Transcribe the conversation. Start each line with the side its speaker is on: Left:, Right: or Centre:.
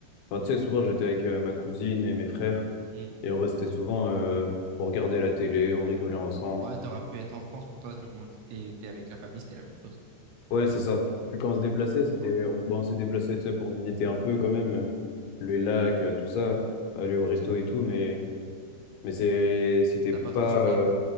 Left: Enfin, tu sais, souvent j'étais avec euh, ma cousine et mes frères
Right: Mm.
Left: et on restait souvent euh, pour regarder la télé, on rigolait ensemble.
Right: Ouais, t'aurais pu être en France pour toi, du moment que t'es t'es avec la famille, c'était la même chose. quoi.
Left: Ouais, c'est ça. Puis quand on se déplaçait, c'était,
Right: Tu vois.
Left: on, bon, on s'est déplacé, tu sais, pour visiter un peu quand même euh, les lacs, euh, tout ça, aller au resto et tout, mais mais c'est, c'était
Right: T'as pas trop
Left: pas.
Right: de souvenirs.
Left: euh,